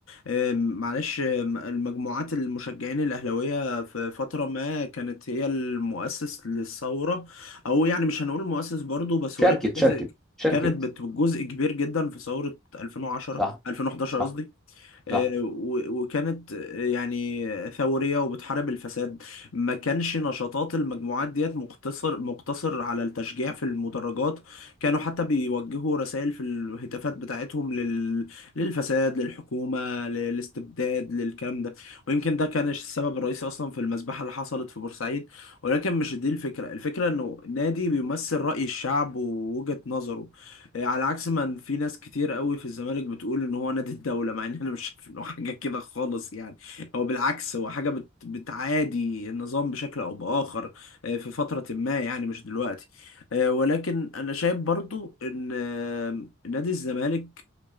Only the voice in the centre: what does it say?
شاركت
شاركت شاركت
صح
صح
صح